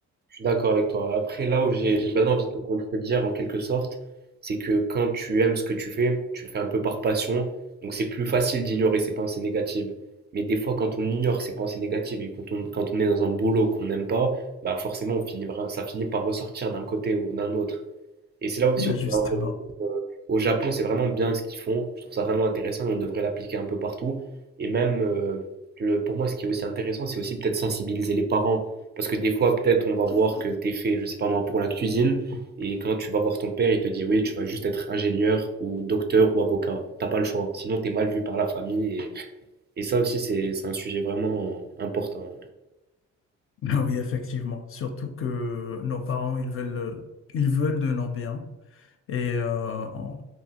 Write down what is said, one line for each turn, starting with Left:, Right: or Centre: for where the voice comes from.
Right: Je suis d'accord avec toi. Après, là où j'ai j'ai bien envie de te contredire en quelque sorte, c'est que quand tu aimes ce que tu fais, tu le fais un peu par passion, donc c'est plus facile d'ignorer ses pensées négatives. Mais des fois, quand on ignore ses pensées négatives et quand on, quand on est dans un boulot qu'on n'aime pas, bah forcément, on finit, vra- ça finit par ressortir d'un côté ou d'un autre. Et c'est là aussi
Left: Ben
Right: où
Left: justement.
Right: on va en revenir, euh, au Japon, c'est vraiment bien ce qu'ils font. Je trouve ça vraiment intéressant et on devrait l'appliquer un peu partout. Et même, euh, le, pour moi, ce qui est aussi intéressant, c'est aussi peut-être sensibiliser les parents. Parce que des fois, peut-être, on va voir que t'es fait, je sais pas moi, pour la cuisine. Et quand tu vas voir ton père, il te dit, oui, tu vas juste être ingénieur ou docteur ou avocat. T'as pas le choix. Sinon, t'es mal vu par la famille. Et, et ça aussi, c'est c'est un sujet vraiment important.
Left: <laughs> Oui, effectivement. Surtout que nos parents, ils veulent, ils veulent de nos biens. Et euh, on,